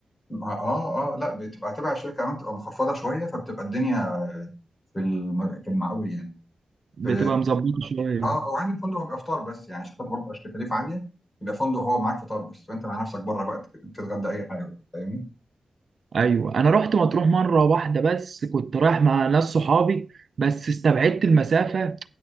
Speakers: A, on the left; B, on the right.
A: مع- اه اه لا بتبقى تبع الشركه كمان بتبقى مخفضه شويه فبتبقى الدنيا في الم... في المعقول يعني
B: بتبقى
A: في
B: مظبطة شوية
A: اه او عندي فندق هو بيبقى فطار بس يعني شركات برضه عشان تكاليف عاليه يبقى فندق هو معاك فطار بس فانت مع نفسك بره بقى تت- تتغدى اي حاجه بقى فاهمني
B: ايوه انا رحت مطروح مره واحده بس كنت رايح مع ناس صحابي بس استبعدت المسافه